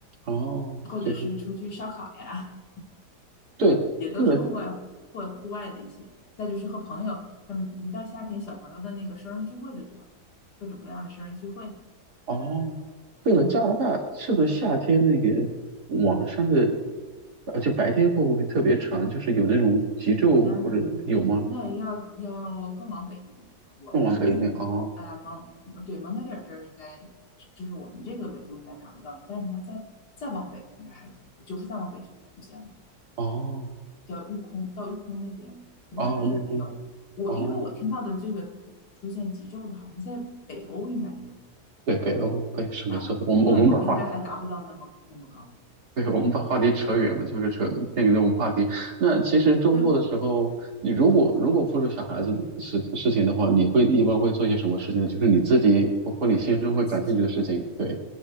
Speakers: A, on the right; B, on the left.
A: 哦，
B: 或者是出去烧烤呀，
A: 就是对，
B: 也都是户外活或户外的一些。
A: 对了，
B: 再就是和朋友，他们一到夏天，小朋友的那个生日聚会就多了，各种各样的生日聚会。
A: 哦，对了，
B: 嗯，
A: 加拿大是不是夏天那个晚上的，呃，就白天会不会特别长？就是有那种极昼或者有吗？
B: 咱那也要要更往北一点啊。我们啊、
A: 更往北一点啊，哦
B: 蒙对蒙特利尔这儿应该就是我们这个纬度应该达不到，但是它再再往北应该还可以，就是再往北就会出现了，
A: 哦
B: 叫玉空到玉空那边，可能那也没有。
A: 哦，绿空，
B: 我因为我听到的这个出现极昼的，
A: 哦，
B: 好像在北欧应该有，
A: 对，北欧，对，是没错，
B: 啊，
A: 我们我们把话
B: 但我们应该还达不到那么那么高。
A: 对，我们把话题扯远了，就是扯偏离了我们话题。那其实周末的时候，
B: 对
A: 你如果如果不是小孩子的事事情的话，你会一般会做些什么事情呢？就是你自己或或你先生会感兴趣的事情。
B: 我自己，
A: 对，